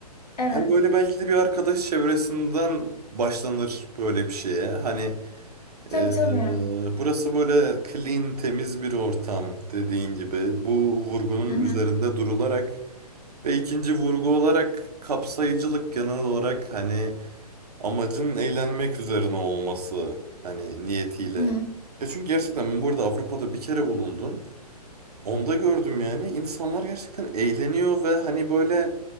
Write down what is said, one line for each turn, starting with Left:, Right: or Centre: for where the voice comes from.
Left: Evet.
Right: Hani böyle belki de bir arkadaş çevresinden başlanır böyle bir şeye. Hani
Left: Tabii
Right: e, e,
Left: tabii.
Right: burası böyle clean, temiz bir ortam dediğin gibi. Bu vurgunun
Left: Hı hı.
Right: üzerinde durularak ve ikinci vurgu olarak kapsayıcılık genel olarak hani Amacın eğlenmek üzerine olması hani niyetiyle.
Left: Hı hı.
Right: Ya çünkü gerçekten ben burada Avrupa'da bir kere bulundum. Onda gördüm yani insanlar gerçekten eğleniyor ve hani böyle